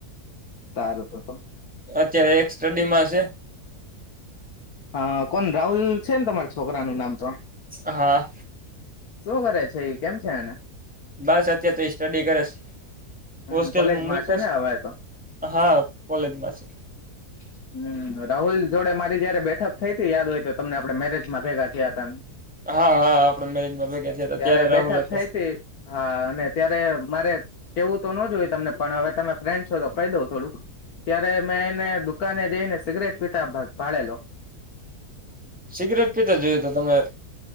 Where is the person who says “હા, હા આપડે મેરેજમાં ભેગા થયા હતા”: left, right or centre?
Centre